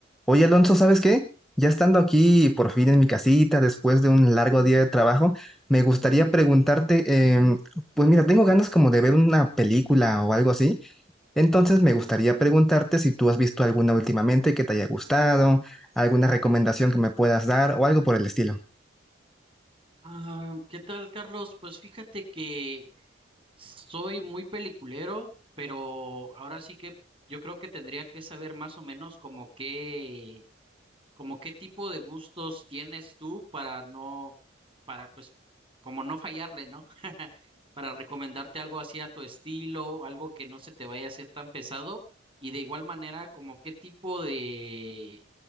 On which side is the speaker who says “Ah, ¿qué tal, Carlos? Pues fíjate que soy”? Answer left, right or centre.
Right